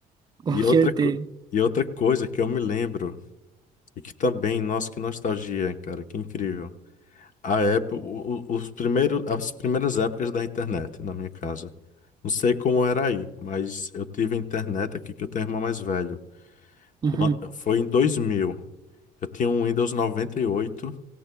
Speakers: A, on the right; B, on the left.
A: <laughs> com
B: E outra,
A: certeza.
B: co- e outra coisa que eu me lembro, e que também, nossa, que nostalgia, cara, que incrível. A época, os primeiros, as primeiras épocas da internet na minha casa. Não sei como era aí, mas eu tive internet aqui que eu tenho um irmão mais velho.
A: Uhum.
B: Quan- Foi em dois mil Eu tinha um Windows noventa e oito